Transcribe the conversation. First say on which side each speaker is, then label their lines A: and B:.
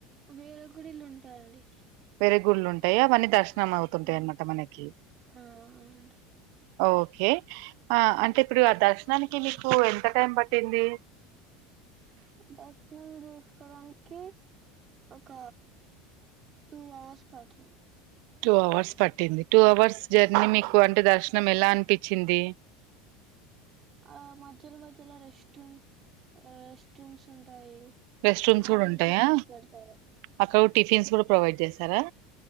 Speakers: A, on the right; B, on the right.
A: వేరే గుడిలు ఉంటాయండి
B: వేరే గుళ్ళలు ఉంటాయ అవన్నీ దర్శనం అవుతుంటాయి
A: ఆ
B: అన్నమాట మనకి
A: ఆ అవునండి
B: ఓకే అంటే ఇప్పుడు ఆ దర్శనానికి మీకు ఎంత టైం పట్టింది
A: దర్శనం కి కి ఒక టూ అవర్స్ పడుతుంది
B: టూ అవర్స్ పట్టింది టూ అవర్స్ జర్నీ మీకు అంటే దర్శనం ఎలా అనిపించింది
A: ఆ మధ్యలో మధ్యలో రెస్ట్ రూమ్స్ రెస్ట్ రూమ్స్ ఉంటాయి
B: రెస్ట్ రూమ్స్
A: ఆడ కూడా
B: ఉంటాయా
A: టిఫిన్స్ పెడతారు
B: అక్కడ టిఫిన్స్ కూడా ప్రొవైడ్ చేశారా